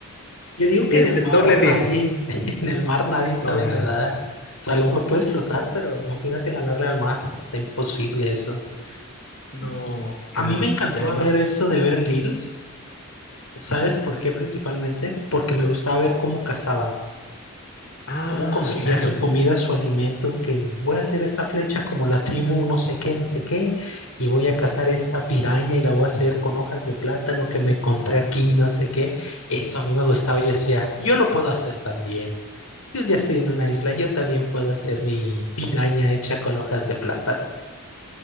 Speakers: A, on the left; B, on the left.
A: Yo digo que
B: es
A: en el mar
B: doble riesgo.
A: nadie, <laughs> en el mar nadie sabe
B: No, nadie.
A: nadar. O sea, a lo mejor puedes flotar, pero imagínate ganarle al mar. Está imposible eso.
B: No,
A: Y- y
B: claro.
A: a mí me encantaba
B: Y además,
A: ver eso de ver grills. ¿Sabes por qué principalmente? Porque me gustaba ver cómo cazaba.
B: ah,
A: cómo conseguía
B: claro.
A: su comida, su alimento, que voy a hacer esta flecha como la tribu, no sé qué, no sé qué, y voy a cazar esta piraña y la voy a hacer con hojas de plátano que me encontré aquí, no sé qué. Eso a mí me gustaba, yo decía, yo lo puedo hacer también. Si un día estoy en una isla, yo también puedo hacer mi piraña hecha con hojas de plátano.